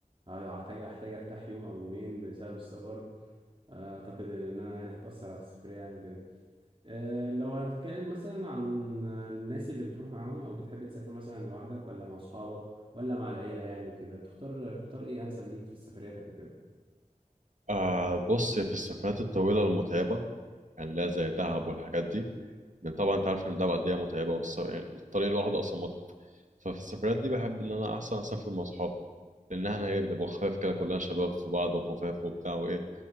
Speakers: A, on the right; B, on the right.
A: هحتاج احتاج ارتاح يوم او يومين بسبب السفر اعتقد ان انا يعني هتاثر على السفريه يعني وكده أه لو هنتكلم مثلا عن الناس اللي بتروح معاهم او بتحب تسافر مثلا لوحدك ولا مع اصحابك ولا مع العيله يعني وكده بتختار بتختار ايه انسب ليك في سفرياتك وكده
B: آه بص في السفرات الطويلة المتعبة يعني لا زي دهب والحاجات دي لأن طبعا أنت عارف إن دهب قد إيه متعبة والس- يعني الطريق الواحدة أصلا متعب ففي السفرات دي بحب إن أنا أحسن أسافر مع أصحابي لأن إحنا إيه بنبقى خفاف كده كلنا شباب في بعض وخفاف وبتاع وإيه